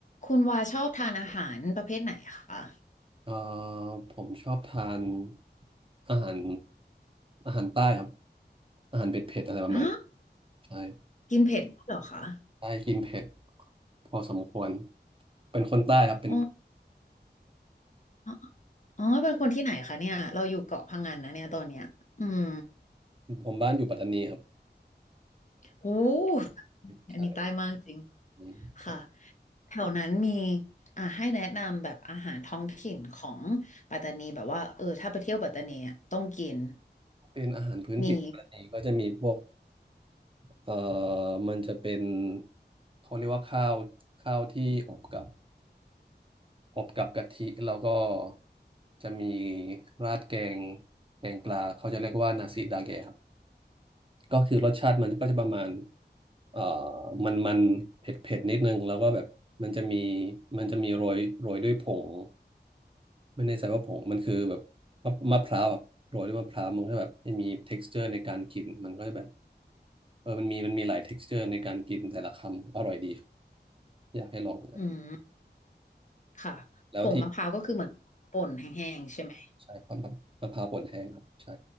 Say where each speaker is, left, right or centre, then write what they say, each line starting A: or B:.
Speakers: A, on the left; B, on the right.
A: คุณวาชอบทานอาหารประเภทไหนคะ
B: เอ่อผมชอบทานอาหารอาหารใต้ครับอาหารเผ็ดเผ็ดอะไรประมาณนี้
A: อ๋อ
B: ใช่
A: กินเผ็ดด้วยเหรอคะ
B: ใต้กินเผ็ดพอสมควรเป็นคนใต้ครับเป็น
A: อ๋ออ๋ออ๋อ เป็นคนที่ไหนคะเนี่ยเราอยู่เกาะพังงานนะเนี่ยตอนเนี้ยอืม
B: ผมบ้านอยู่ปัตตานีครับ
A: โห
B: ใช่
A: อันนี้ใต้มากจริง
B: อืมใช่
A: ค่ะ แถวนั้นมีอ่าให้แนะนำแบบอาหารท้องถิ่นของปัตตานีแบบว่า เออ ถ้าไปเที่ยวปัตตานีอะต้องกิน
B: เป็นอาหารพื้นถิ่นปัตตานีก็จะมีพวก
A: มี
B: เอ่อมันจะเป็นเขาเรียกว่าข้าวข้าวที่อบกับอบกับกะทิแล้วก็จะมีราดแกงแกงปลาเขาจะเรียกว่านาซิดาเกะครับ ก็คือรสชาติมันก็จะประมาณเอ่อมันมันเผ็ดเผ็ดนิดนึงแล้วก็แบบมันจะมีมันจะมีโรยโรยด้วยผงไม่แน่ใจว่าผงมันคือแบบมะมะพร้าวแบบโรยด้วยมะพร้าวมันก็แบบให้มี texture ในการกินมันก็จะแบบเออมันมีมันมีหลาย texture ในการกินแต่ละคำอร่อยดีครับอยากให้ลองครับ
A: อืมค่ะผงมะพร้าวก็คือเหมือนป่นแห้งๆใช่ไหม
B: แล้วที่ใช่มะมะมะพร้าวป่นแห้งครับใช่